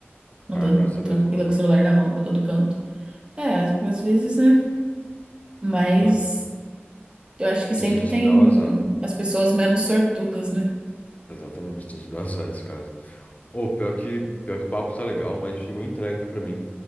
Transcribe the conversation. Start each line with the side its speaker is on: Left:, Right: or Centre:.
Right: Andando
Left: Ah, graças a
Right: tranquila
Left: Deus, então.
Right: com o celular na mão pra todo canto. É, às vezes, né? Mas
Left: Ah,
Right: eu acho que
Left: tem
Right: sempre
Left: gente
Right: tem
Left: que dá o azar.
Right: as pessoas menos sortudas, né?
Left: Exatamente, tem gente que dá o azar nesse caso. Ô, pior que, pior que o papo tá legal, mas chegou entregue aqui pra mim.